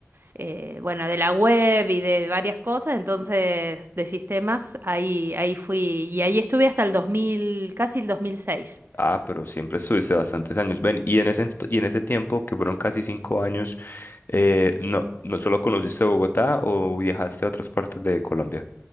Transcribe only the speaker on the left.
Ah, pero siempre estuviste bastantes años. Ven, y en ese, ento- y en ese
tiempo, que fueron casi cinco años, eh, no, ¿no solo conociste Bogotá o viajaste a otras partes de Colombia?